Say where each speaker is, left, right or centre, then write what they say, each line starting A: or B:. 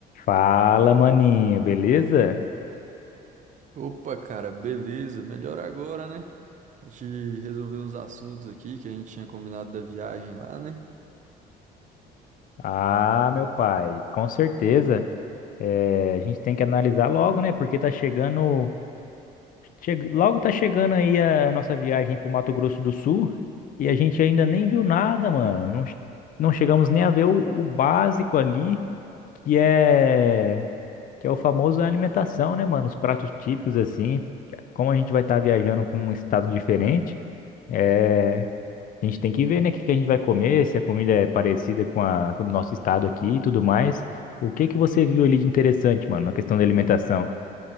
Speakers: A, on the left; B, on the right.
A: Fala, maninho, beleza?
B: Opa, cara, beleza, melhor agora, né? A gente resolveu uns assuntos aqui que a gente tinha combinado da viagem lá, né?
A: Ah, meu pai, com certeza. É, a gente tem que analisar logo, né? Porque tá chegando, che- logo tá chegando aí a nossa viagem pro Mato Grosso do Sul e a gente ainda nem viu nada, mano. Não, che- não chegamos nem a ver o, o básico ali, que é que é o famoso alimentação, né, mano? Os pratos típicos assim. Como a gente vai estar viajando pra um estado diferente, é, A gente tem que ver, né, o que que a gente vai comer, se a comida é parecida com a com o nosso estado aqui e tudo mais. O que que você viu ali de interessante, mano, na questão da alimentação?